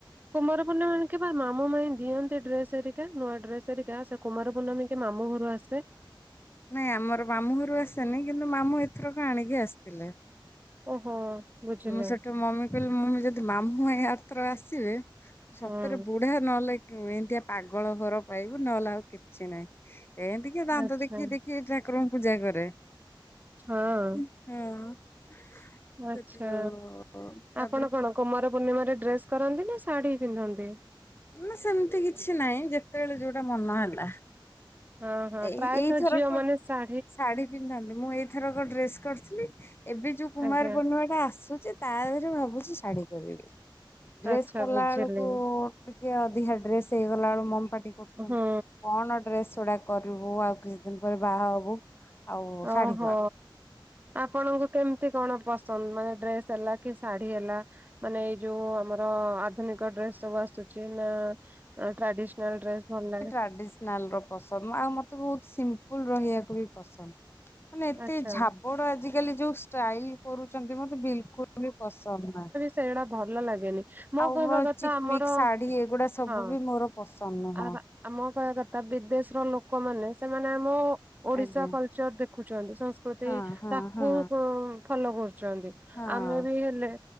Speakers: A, on the right; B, on the left.
A: କୁମାର ପୂର୍ଣ୍ଣିମା ରେ କେବଳ ମାମୁ ମାଇଁ ଦିଅନ୍ତି ଡ୍ରେସ ହେରିକା ନୂଆ ଡ୍ରେସ ହେରିକା। ସେ କୁମାର ପୂର୍ଣମୀ କି ମାମୁ ଘରୁ ଆସେ।
B: ନାଇଁ ଆମର ମାମୁଁ ଘରୁ ଆସେନି କିନ୍ତୁ ମାମୁଁ ଏଥରକ ଆଣିକି ଆସିଥିଲେ।
A: ଓହୋ ବୁଝିଲେ
B: ମୁଁ ସେଠୁ ମମି କି କହିଲି ମମି ଯଦି ମାମୁଁ ମାଇଁ ଆରଥରକ ଆସିବେ ସତରେ
A: ହୁଁ
B: ବୁଢା ନହେଲେ ଏମିତିଆ ପାଗଳ ଘର ପାଇବୁ ନହେଲେ ଆଉ କିଛି ନାହିଁ। ଏନ୍ତୀ କିଏ ଦାନ୍ତ
A: ଆଚ୍ଛା
B: ଦେଖେଇ ଦେଖେଇ ଠାକୁରଙ୍କୁ ପୂଜା କରେ।
A: ହଁ
B: ହୁଁ <unintelligible>
A: ଆଚ୍ଛା
B: ତାପରେ
A: ଆପଣ କଣ କୁମାର ପୂର୍ଣ୍ଣିମାରେ ଡ୍ରେସ କରନ୍ତି ନା ଶାଢୀ ପିନ୍ଧନ୍ତି।
B: ନା ସେମିତି କିଛି ନାହିଁ ଯେତେବେଳେ ଯୋଉଟା ମନ ହେଲା।
A: ହଁ ହଁ
B: ଏଇ
A: ପ୍ରାୟତଃ
B: ଏଇଥରକ
A: ଝିଅ ମାନେ ଶା
B: ଶାଢୀ ପିନ୍ଧନ୍ତି ମୁଁ ଏଇଥରକ ଡ୍ରେସ କରିଥିଲି ଏବେ ଯୋଉ କୁମାର
A: ଆଜ୍ଞା
B: ପୂର୍ଣ୍ଣିମା ଟା ଆସୁଚି। ତା ଧିରେ ଭାବୁଛି ଶାଢ଼ୀ କରିବି ଡ୍ରେସ୍
A: ଆଚ୍ଛା
B: କଲା
A: ବୁଝିଲି
B: ବେଳକୁ ଟିକେ ଅଧିକା ଡ୍ରେସ ହେଇଗଲା ବେଳକୁ ମମି ପାଟି କରୁଛନ୍ତି
A: ହୁଁ
B: କଣ ଡ୍ରେସ ଗୁଡାକ କରିବୁ ଆଉ କିଛି ଦିନ ପରେ ବାହା ହବୁ। ଆଉ ଶାଢୀ
A: ଓହୋ
B: କର।
A: ଆପଣଙ୍କୁ କେମିତି କଣ ପସନ୍ଦ ମାନେ ଡ୍ରେସ ହେଲା କି ଶାଢୀ ହେଲା। ମାନେ ଏଇ ଯୋଉ ଆମର ଆଧୁନିକ ଡ୍ରେସ୍ ସବୁ ଆସୁଛି ନା ଟ୍ରାଡିସନାଲ ଡ୍ରେସ ଭଲ ଲାଗେ।
B: ଟ୍ରାଡିସ୍‌ନାଲର ପସନ୍ଦ ଆଉ ମତେ ବହୁତ ସିମ୍ପୁଲ ରହିବାକୁ ବି ପସନ୍ଦ ମାନେ ଏତେ
A: ଆଚ୍ଛା।
B: ଝାବ ମୋର ଆଜିକାଲି ଯୋଉ ଷ୍ଟାଇଲ କରୁଛନ୍ତି ମତେ ବିଲକୁଲ ବି ପସନ୍ଦ ନାହିଁ।
A: ସେଗଡା ଭଲ ଲାଗେନି। ମୋ
B: ଆଉ
A: କହିବା କଥା
B: ଚିକମିକ
A: ଆମର
B: ଶାଢୀ ଏଗୁଡା ସବୁ
A: ହଁ
B: ବି ମୋର ପସନ୍ଦ ନୁହଁ।
A: ଆ ଆମ କହିବା କଥା ବିଦେଶର ଲୋକମାନେ ସେମାନେ ଆମ ଓଡିଶା
B: ଆଜ୍ଞା
A: କଲଚର ଦେଖୁଛନ୍ତି ସଂସ୍କୃ ସ୍କୃତି
B: ହଁ ହଁ
A: ତାକୁ
B: ହଁ
A: ଫଲୋ କରୁଛନ୍ତି
B: ହଁ
A: ଆମେ ବି ହେଲେ